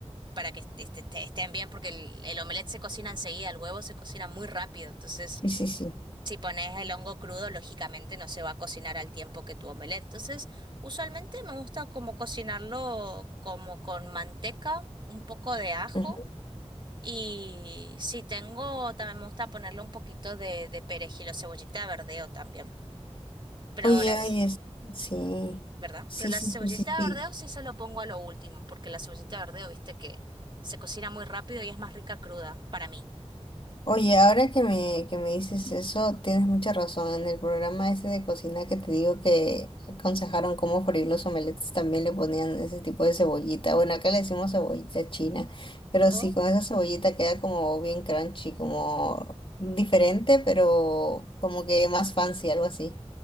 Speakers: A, on the right (about 45°); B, on the left (about 50°).
A: para que est- est- estén bien, porque el, el omelette se cocina enseguida, el huevo se cocina muy rápido. Entonces,
B: Sí, sí, sí.
A: si pones el hongo crudo, lógicamente no se va a cocinar al tiempo que tu omelette. Entonces, usualmente me gusta como cocinarlo como con manteca, un poco de ajo
B: Ujú.
A: y si tengo, también me gusta ponerle un poquito de, de perejil o cebollita de verdeo también. Pero
B: Oye,
A: las,
B: oye, s- sí.
A: ¿verdad?
B: Sí,
A: Pero la
B: sí,
A: cebollita
B: sí, sí,
A: de
B: sí.
A: verdeo sí se lo pongo a lo último, porque la cebollita de verdeo, viste que se cocina muy rápido y es más rica cruda para mí.
B: Oye, ahora que me, que me dices eso, tienes mucha razón. En el programa ese de cocina que te digo que aconsejaron cómo freír los omeletes, también le ponían ese tipo de cebollita. Bueno, acá le decimos cebollita china, pero
A: Oh,
B: sí, con esa cebollita queda como bien crunchy, como diferente, pero como que más fancy, algo así.